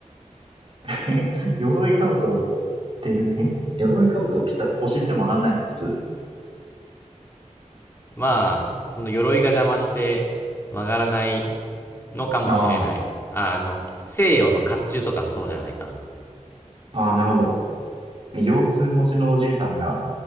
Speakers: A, on the right (about 45°); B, on the left (about 20°).
A: <laughs> 鎧兜を着てる、え鎧兜を着たら腰って曲がんないの普通。
B: まあ、その鎧が邪魔して曲がらないのかもしれない。
A: ああ。
B: あ、あの、西洋の甲冑とかそうじゃないかな。
A: ああ、なるほど。腰痛持ちのおじいさんが、